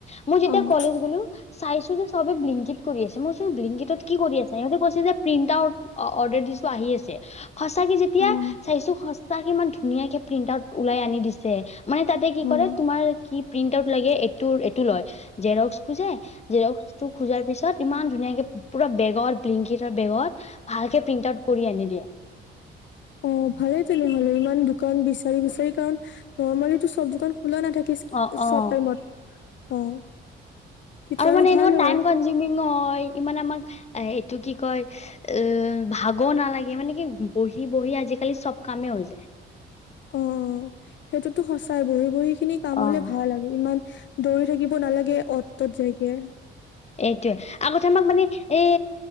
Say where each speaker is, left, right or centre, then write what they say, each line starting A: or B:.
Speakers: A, on the left (about 35°); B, on the left (about 65°).
A: মই যেতিয়া
B: অ', অ',
A: কলেজ গলো চাইছো যে চবে ব্লিংকিত কৰি আছে, মোৰ চ ব্লিংকিতত কি কৰি আছে স ইহঁ ক কৈছে যে প্ৰিন্ট আউত অৰ্দাৰ দিছো, আহি আছে। সঁচাকে যেতিয়া
B: অ',
A: চাইছো তাক ইমান ধুনীয়াকে প্ৰিন্ট আউত ওলাই আনি দিছে। মানে তাতে কি
B: উম।
A: কৰে তোমাৰ কি প্ৰিন্ট লাগে এই এইটো লয়। জেৰক্স টো যে টো খোজাৰ পিছত ইমান ইমান ধুনীয়াকে পুৰা বেগত বিংকিত বেগত ভালকে প্ৰিন্ট আউট কৰি আনি দিয়ে।
B: অ' ভালেই তেনেহলে দোকান বিচাৰি বিচাৰি কাৰণ, নৰ্মালিটো চব দোকান খোলা নাথাকি,
A: অ', অ'।
B: চব টাইমত, অ' তেতিয়া
A: মানে
B: আৰু
A: এনেকুৱা
B: ভাল
A: টাইম
B: হয়।
A: কনজিউমিং হয় ইমান আমাক এ এইটো কি কয়, অ' ভাগৰ নালাগে মানে কি বহি বহি আজিকালি চব কামে হৈ যায়। <inaudible>
B: অ সেইটোতো সঁচাই বহি বহি স খিনি কাম
A: অ',
B: হলে ভাল আৰু, ইমান দৌৰি থাকিব নালাগে অত তত যায়গে।
A: এইটোৱে আগতে আমাক মানে এই,